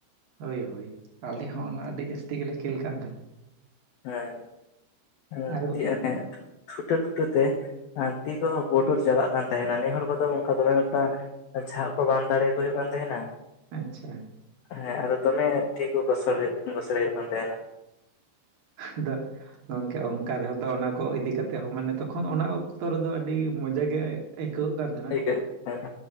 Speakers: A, on the right; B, on the left.
A: ᱦᱳᱭ-ᱦᱳᱭ᱾ ᱟᱞᱮ ᱦᱚᱸ ᱚᱱᱟ ᱟᱹᱰᱤ ᱡᱟᱹᱥᱛᱤ ᱜᱮ ᱞᱮ ᱠᱷᱮᱞ ᱠᱟᱱ ᱛᱟᱦᱮᱱ᱾
B: ᱦᱮᱸ ᱟᱫᱚ
A: ᱟᱨ
B: ᱛᱤ ᱚᱱᱮ ᱴᱷᱩᱴᱟᱹ ᱴᱷᱩᱴᱟᱹ ᱛᱮ ᱟᱨ ᱛᱤ ᱠᱚᱦᱚᱸ ᱯᱩᱴᱩᱨ ᱪᱟᱵᱟᱜ ᱠᱟᱱ ᱛᱟᱦᱮᱱᱟ᱾ ᱱᱮ ᱦᱚᱲ ᱠᱚᱫᱚ ᱚᱱᱠᱟ ᱫᱚᱢᱮ ᱚᱱᱠᱟ ᱡᱷᱟᱜ ᱠᱚ ᱵᱟᱢ ᱫᱟᱲᱮᱭᱟᱠᱚ ᱦᱩᱭᱩᱜ ᱠᱟᱱ ᱛᱟᱦᱮᱱᱟ᱾
A: ᱟᱪᱪᱷᱟ
B: ᱦᱮᱸ᱾ ᱦᱮᱸ ᱟᱫᱚ ᱫᱚᱢᱮ ᱛᱤ ᱠᱚ ᱜᱚᱥᱚᱲ ᱦᱚᱭᱩᱜ ᱜᱚᱥᱲᱮ ᱦᱩᱭᱩᱜ ᱠᱟᱱ ᱛᱟᱦᱮᱱᱟ᱾
A: <unintelligible> ᱜᱚᱢᱠᱮ ᱚᱱᱠᱟ ᱨᱮᱦᱚᱸ ᱫᱚ ᱚᱱᱟ ᱠᱚ ᱤᱫᱤ ᱠᱟᱛᱮ ᱦᱚᱸ ᱢᱟᱱᱮ ᱛᱚᱠᱷᱚᱱ ᱚᱱᱟ ᱚᱠᱛᱚ ᱨᱮᱫᱚ ᱟᱹᱰᱤ ᱢᱚᱡᱟᱜ ᱜᱮ ᱟᱹᱭᱠᱟᱹᱣᱟᱹᱜ ᱠᱟᱱ ᱛᱟᱦᱮᱱᱟ᱾
B: ᱟᱹᱭᱠᱟᱹᱜ